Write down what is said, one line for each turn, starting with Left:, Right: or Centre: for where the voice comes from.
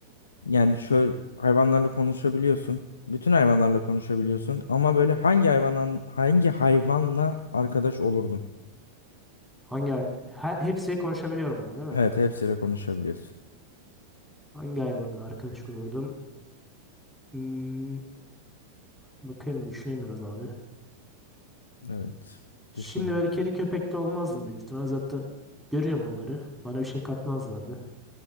Left: Yani şöyle hayvanlarla konuşabiliyorsun. Bütün hayvanlarla konuşabiliyorsun ama böyle hangi hayvanla hangi hayvanla arkadaş olurdun?
Centre: Hangi hay- he- hepsi konuşabiliyorum ama değil mi?
Left: Evet, hepsiyle konuşabiliyorsun.
Centre: Hangi hayvanla arkadaş olurdum? Hmm, bakayım bir düşüneyim biraz abi.
Left: Evet.
Centre: Şimdi
Left: Düşün.
Centre: böyle kedi köpekli olmazdım büyük ihtimal. Zaten görüyorum onları. Bana bir şey katmazlardı.